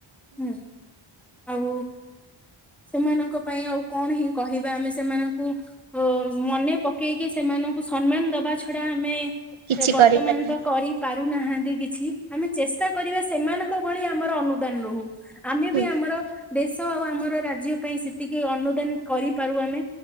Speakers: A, in the centre; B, on the right.
A: ହୁଁ। ଆଉ ସେମାନଙ୍କ ପାଇଁ ଆଉ କଣ ହିଁ କହିବା ଆମେ ସେମାନଙ୍କୁ ଅ ମନେ ପକେଇକି ସେମାନଙ୍କୁ ସମ୍ମାନ ଦବା ଛଡା ଆମେ
B: କିଛି
A: ବର୍ତ୍ତମାନ
B: କରିପାରିବାନି
A: ତ କରି ପାରୁନାହାନ୍ତି କିଛି ଆମେ ଚେଷ୍ଟା କରିବା ସେମାନଙ୍କ ଭଳି ଆମର ଅନୁଦାନ ରହୁ। ଆମେ
B: ହୁଁ
A: ବି ଆମର ଦେଶ ଆଉ ଆମର ରାଜ୍ୟ ପାଇଁ ସେତିକି ଅନୁଦାନ କରିପାରୁ ଆମେ।